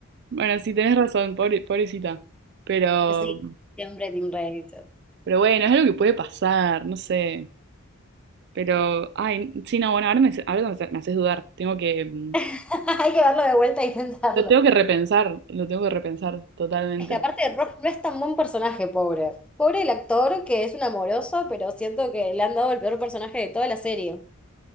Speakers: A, on the right; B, in the centre.
A: Bueno, sí, tenés razón, pobre- pobrecita. Pero,
B: Sí, siempre Team Reddington.
A: pero bueno, es algo que puede pasar, no sé. Pero, ay, sí, no, bueno, ahora me, ahora me me haces dudar. Tengo que, mm,
B: <laughs> Hay que verlo de vuelta y pensarlo.
A: lo tengo que repensar, lo tengo que repensar totalmente.
B: Es que aparte Ross no es tan buen personaje, pobre. Pobre el actor, que es un amoroso, pero siento que le han dado el peor personaje de toda la serie.